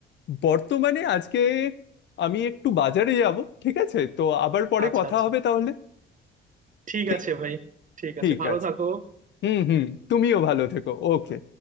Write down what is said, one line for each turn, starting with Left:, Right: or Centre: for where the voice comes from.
Left: বর্তমানে আজকে আমি একটু বাজারে যাব ঠিক আছে তো আবার পরে
Right: আচ্ছা
Left: কথা
Right: আচ্ছা
Left: হবে তাহলে
Right: ঠিক
Left: ঠিক
Right: আছে ভাই ঠিক
Left: ঠিক
Right: আছে ভালো
Left: আছে
Right: থাকো
Left: হুম হুম তুমিও ভালো থেকো ওকে